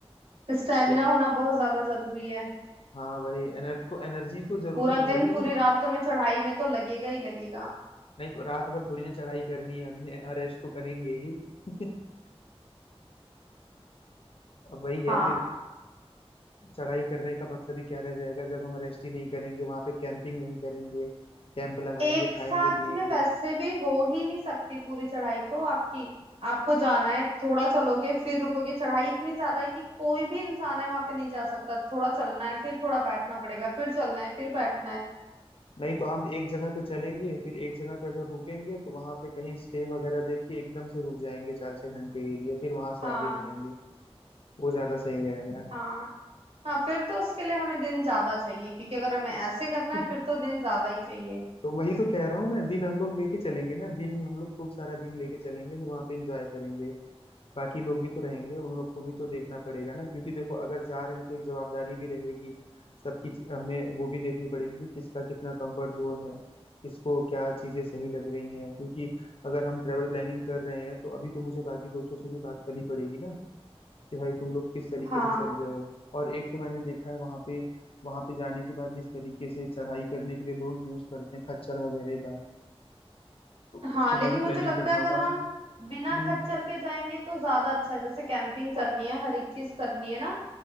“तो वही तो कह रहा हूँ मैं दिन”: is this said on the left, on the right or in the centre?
Left